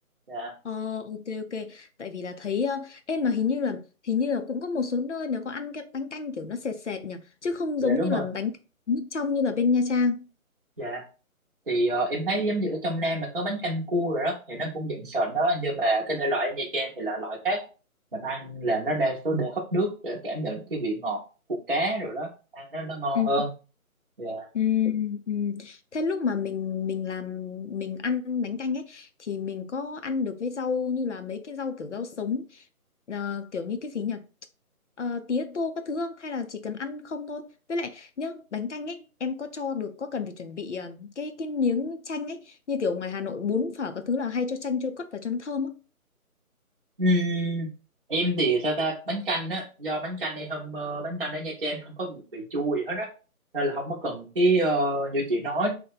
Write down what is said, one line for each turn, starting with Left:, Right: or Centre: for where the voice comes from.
Right: dạ
Left: Ờ, ok ok tại vì là thấy ờ, em mà hình như là hình như là cũng có một số nơi nó có ăn cái bánh canh kiểu nó sệt sệt nhỉ chứ không
Right: dạ
Left: giống
Right: đúng
Left: như là
Right: rồi
Left: bánh nước trong như là bên Nha Trang
Right: dạ thì ờ, em thấy giống như ở trong Nam mà có bánh canh cua rồi đó thì nó cũng dạng sệt đó nhưng mà cái thể loại ở Nha Trang thì là loại khác mình ăn là nó đa số để hấp nước để cảm nhận cái vị ngọt của cá rồi đó ăn nó nó ngon
Left: ừ.
Right: hơn dạ
Left: Ừ, ừ. Thế lúc mà mình mình làm mình ăn bánh canh ấy thì mình có ăn được với rau như là mấy cái rau kiểu rau sống ờ, kiểu như cái gì nhỉ Ờ, tía tô các thứ không hay là chỉ cần ăn không thôi với lại nhá bánh canh ấy em có cho được có cần phải chuẩn bị ờ, cái cái miếng chanh ấy như kiểu ngoài Hà Nội bún phở các thứ là hay cho chanh cho cất vào cho nó thơm á
Right: Ừm, em thì sao ta bánh canh á do bánh canh đây hôm ờ, bánh canh ở Nha Trang không có một vị chua gì hết á nên là không có cần cái ờ, như chị nói